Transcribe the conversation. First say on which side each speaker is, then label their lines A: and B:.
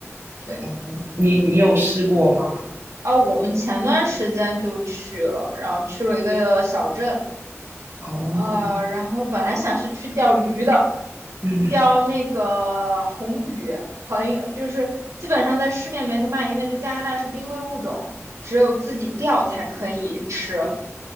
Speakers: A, on the right; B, on the right.
A: 对。
B: 哦，你你有试过吗？
A: 啊，我们前段时间就去了，然后去了一个小镇，
B: 哦，
A: 呃，然后本来想是去钓鱼的，
B: 嗯，
A: 钓那个红鱼，很就是基本上在市面没得卖，因为在加拿大是濒危物种，只有自己钓才可以吃，